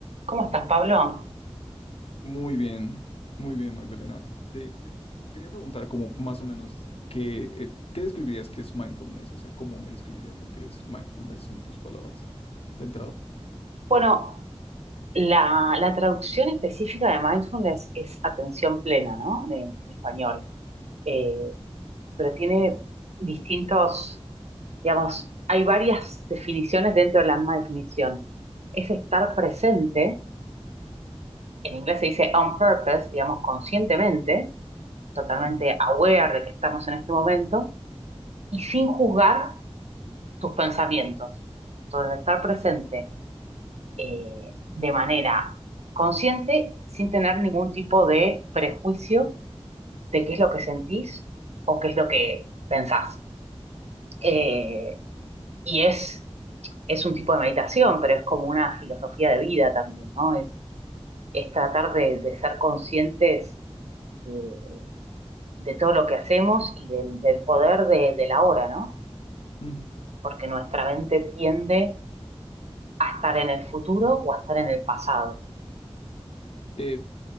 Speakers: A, on the right; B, on the left.
A: ¿Cómo estás, Pablo?
B: Muy bien, muy bien, Magdalena. Te, te quería preguntar como más o menos qué, eh, qué describirías que es mindfulness, o sea, cómo me describirías lo que es mindfulness en tus palabras de entrada.
A: Bueno, la, la traducción específica de mindfulness es atención plena, ¿no? De- en español. Eh, pero tiene distintos, digamos, hay varias definiciones dentro de la misma definición. Es estar presente, en inglés se dice on purpose, digamos, conscientemente, totalmente
B: Ujú,
A: aware de que estamos en este momento, y sin juzgar tus pensamientos. Entonces, estar presente eh, de manera consciente sin tener ningún tipo de prejuicio de qué es lo que sentís o qué es lo que pensás. Eh, y es, es un tipo de meditación, pero es como una filosofía de vida también, ¿no? Es, es tratar de, de ser conscientes eh, de todo lo que hacemos y del, del poder de, de la hora, ¿no?
B: ujú.
A: Porque nuestra mente tiende a estar en el futuro o a estar en el pasado.
B: Eh,